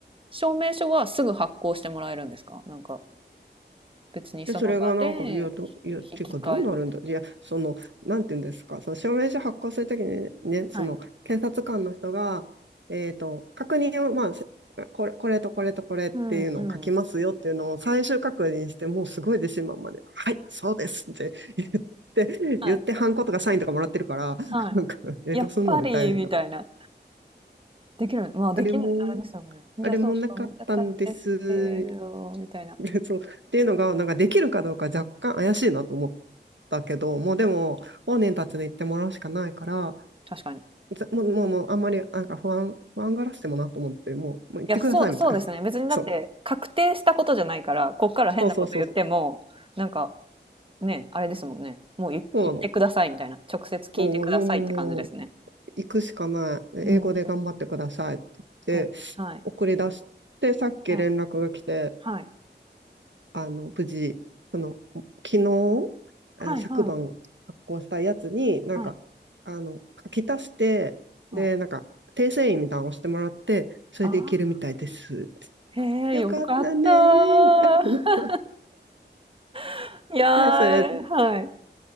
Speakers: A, on the right (about 30°); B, on the right (about 80°).
A: 証明書はすぐ発行してもらえるんですかなんか、別にその場で
B: で、それがなんか、いや、ど、いや、っていうか、
A: 引き換えみたい
B: どうなるんだ、いや、その、なんていうんですか、その証明書発行するときにね、その、
A: な。はい。
B: 検察官の人が、えっと、確認を、まあ、せこれ、これとこれとこれっていうのを書きますよっていうのを最終確認して、
A: うん、うん。
B: もうすごい自信満々で、はい、そうですって言って、
A: はい。
B: 言って、ハンコとかサインとかもらってるから、
A: は
B: なんか、えっどうすんのみたいな。
A: い。やっぱり、みたいな。できるまあ、できるあれですよね。
B: あれも、
A: いや、
B: あれもなかったんです、
A: そうそう、見たんですけれど、
B: <laughs>
A: みたいな。
B: そう。っていうのが、なんかできるかどうか若干怪しいなと思ったけど、もうでも、本人たちに言ってもらうしかないから、
A: 確かに。
B: ぜもう、もう、もうあんまり、なんか不安、不安がらしてもなと思って、もう、もう行ってくださいみたいな。
A: いや、そうそうですね。
B: <laughs>
A: 別にだって、
B: そう。
A: 確定したことじゃないから、こっから変なこと言っても、
B: そうそうそうそう。
A: なんか、ね、あれですもんね。もう言言ってくださいみたいな。
B: そうなの。
A: 直接聞いてくださいって感じですね。
B: そう、もう、もう、もう行くしかない。英語で頑張ってくださいって言って、
A: うんうん。で、はい。
B: 送り出して、さっき連絡が来て、
A: はい。はい。
B: あの、無事、その、昨日、
A: はいはい。
B: えー昨晩発行したやつに、なんか、
A: はい。
B: あの、書き足して、
A: はい。
B: で、なんか、訂正印みたいなのを押してもらって、それでいけるみたいです。
A: ああ、へえ、
B: よかったねー。
A: よかった。
B: みたいな
A: <laughs> いやー、
B: で、それ、
A: はい。